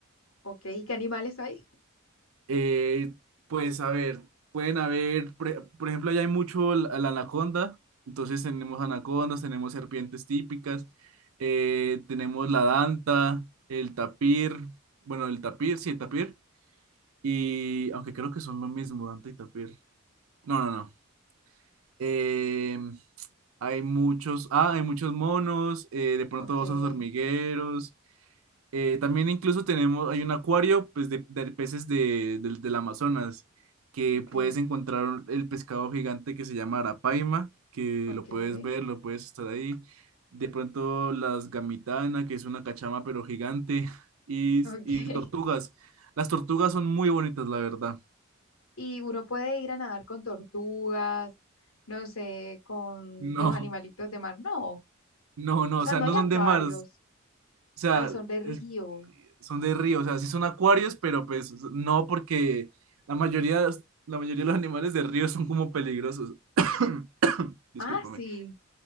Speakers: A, on the left (about 80°); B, on the right (about 80°).
A: Okay. ¿y qué animales hay?
B: Eh, pues a ver, pueden haber, pre- por ejemplo, allá hay mucho la, la anaconda, entonces tenemos anacondas, tenemos serpientes típicas, eh, tenemos la danta, el tapir, bueno, el tapir, sí, el tapir, y aunque creo que son lo mismo, danta y tapir. No, no, no. eh, hay muchos, ah, hay muchos monos, eh, de pronto
A: Okay.
B: osos hormigueros. eh, también incluso tenemos, hay un acuario pues, de, de peces de, del del Amazonas, que
A: Okay.
B: puedes encontrar un- el pescado gigante que se llama arapaima, que
A: Okay.
B: lo puedes ver, lo puedes estar ahí. De pronto las gamitana, que es una cachama pero gigante, <laughs> y,
A: Okay.
B: y tortugas. Las tortugas son muy bonitas, la verdad.
A: y uno puede ir a nadar con tortugas, no sé, con
B: No,
A: los animalitos de mar. No, o
B: no, no,
A: sea,
B: o sea,
A: no
B: no
A: hay
B: son
A: acuarios.
B: de mar, O sea,
A: Ah, son de río.
B: es- son de río, o sea, sí son acuarios, pero pues no porque la mayoría, la mayoría de los animales de río son como peligrosos. <coughs> Discúlpame.
A: Ah, sí.